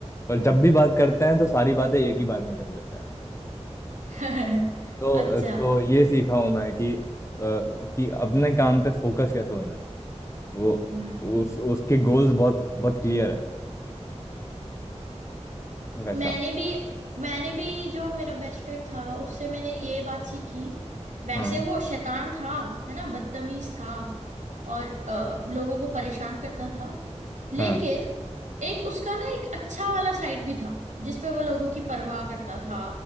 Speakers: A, on the left (about 25°); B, on the right (about 85°).
A: पर जब भी बात करते हैं तो सारी बातें एक ही बार में कर लेते हैं
B: <laughs>
A: तो
B: अच्छा
A: तो ये सीखा हूं मैं कि अ, कि अपने काम पे फोकस कैसे होना है वो
B: हम्म
A: उस उसके गोल्स बहुत बहुत क्लियर है वैसा
B: मैंने भी मैंने भी जो मेरा बेस्ट फ्रेंड था उससे मैंने ये बात सीखी वैसे
A: हाँ
B: वो शैतान था है ना बदतमीज था और अ, लोगों को परेशान करता था लेकिन
A: हाँ
B: एक उसका ना एक अच्छा वाला साइड भी था जिसमें वो लोगों की परवाह करता था